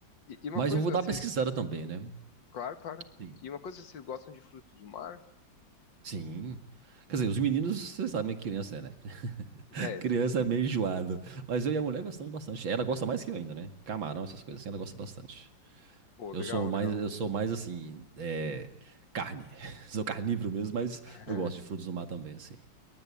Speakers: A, on the left (about 70°); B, on the right (about 85°).
A: e, e uma
B: Mas
A: coisa,
B: eu vou dar
A: vocês,
B: uma pesquisada também, né?
A: claro, claro,
B: Sim.
A: e uma coisa, vocês gostam de frutos do mar?
B: Sim. Quer dizer, os meninos, vocês sabem que criança é, né?
A: É,
B: Criança
A: tem,
B: é meio enjoado. Mas eu e
A: uhum.
B: a mulher gostamos bastante. Ela gosta mais que eu ainda, né? Camarão, essas coisas assim, ela gosta bastante.
A: Pô,
B: Eu
A: legal,
B: sou mais,
A: legal.
B: eu sou mais assim, é, carne. <laughs> Sou carnívoro mesmo, mas
A: <laughs>
B: eu gosto de frutos do mar também, assim.